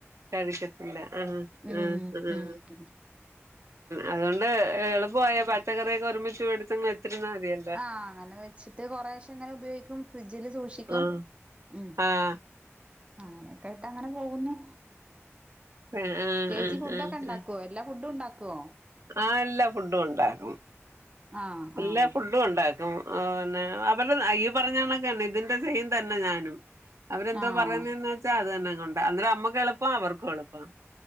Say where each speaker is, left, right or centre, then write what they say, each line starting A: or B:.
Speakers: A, on the right; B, on the right.
A: കഴിക്കത്തില്ല ആഹ്
B: ഉം
A: ആഹ് ആഹ്
B: ഉം
A: അതുകൊണ്ട് എളുപ്പവായി പച്ചക്കറിയൊക്കെ ഒരുമിച്ച് വെടിച്ചങ് വെച്ചിരുന്നാ മതിയാ
B: ആഹ് അങ്ങനെ വെച്ചിട്ട് കൊറെശെ ഇങ്ങനെ ഉപയോഗിക്കും ഫ്രിഡ്ജിൽ സൂക്ഷിക്കും
A: ആഹ്
B: ഉം
A: ആഹ്
B: അങ്ങനെയൊക്കെ ആയിട്ട് അങ്ങനെ പോകുന്നു
A: ആഹ്
B: ചേച്ചി
A: ആഹ്
B: ഫുഡ്
A: ആഹ്
B: ഒക്കെ ഉണ്ടാക്കോ
A: ആഹ്
B: എല്ലാ ഫുഡും ഉണ്ടാക്കോ
A: ആഹ് എല്ലാ ഫുഡും ഉണ്ടാക്കും
B: ആഹ്
A: എല്ലാ
B: ആഹ്
A: ഫു ഡും ഉണ്ടാക്കും ഓന്നെ അവര് അഹ് ഈ പറഞ്ഞണക്കത്തന്നെ ഇതിന്റെ സെയിം തന്നെ ഞാനും അവരെന്തുവാ
B: ആഹ്
A: പറയുന്നെന്ന് വെച്ചാ വെച്ചാൽ അത് തന്നെ അങ്ങു ഉണ്ട അന്നേരം നമ്മക്ക് എളുപ്പം അവർക്കു എളുപ്പം